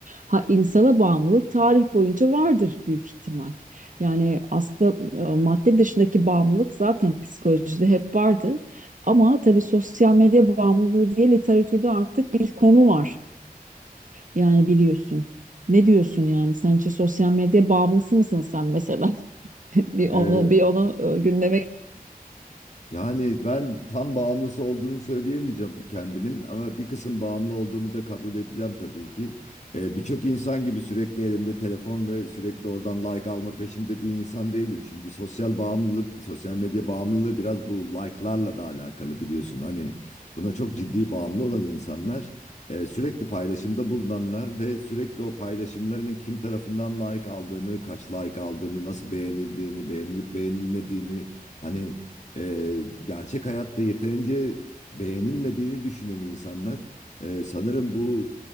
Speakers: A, on the right; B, on the left.
A: Ha insana bağımlılık tarih boyunca vardır büyük ihtimal. Yani aslında e, madde dışındaki bağımlılık zaten psikolojide hep vardı. Ama tabii sosyal medya bağımlılığı diye literatürde artık bir konu var. Yani biliyorsun. Ne diyorsun yani? Sence sosyal medya bağımlısı mısın sen mesela? <laughs> Bir onu
B: Ee,
A: bir onu e, gündeme
B: yani ben tam bağımlısı olduğunu söyleyemeyeceğim kendimin ama bir kısım bağımlı olduğumu da kabul edeceğim tabii ki. Ee, birçok insan gibi sürekli elimde telefon ve sürekli oradan like alma peşinde bir insan değilim. Şimdi sosyal bağımlılık, sosyal medya bağımlılığı biraz bu like'larla da alakalı biliyorsun. Hani buna çok ciddi bağımlı olan insanlar, e, sürekli paylaşımda bulunanlar ve sürekli o paylaşımlarının kim tarafından like aldığını, kaç like aldığını, nasıl beğenildiğini, beğenilip beğenilmediğini... Hani e, gerçek hayatta yeterince beğenilmediğini düşünen insanlar e, sanırım bu